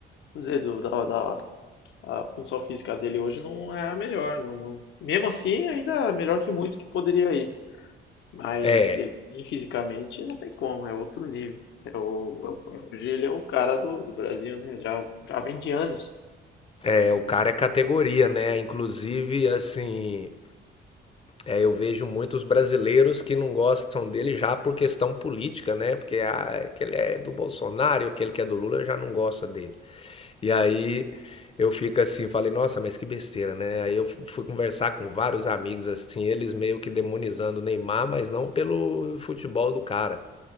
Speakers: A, on the left; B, on the left.
A: vamos dizer, do, da, da- a condição física dele hoje não é a melhor, não, não. Mesmo assim, ainda é melhor que muitos que poderia ir. Mas
B: é,
A: ele fisicamente não tem como, é outro nível. É o, é o- hoje ele é o cara do, do Brasil, né? Já, já vem de anos.
B: é, o cara é categoria, né? Inclusive, assim, É, eu vejo muitos brasileiros que não gostam dele já por questão política, né? Porque ah, aquele é do Bolsonaro, aquele que é do Lula já não gosta dele. E aí eu fico assim, falei, nossa, mas que besteira, né? Aí eu fui conversar com vários amigos assim, eles meio que demonizando o Neymar, mas não pelo futebol do cara,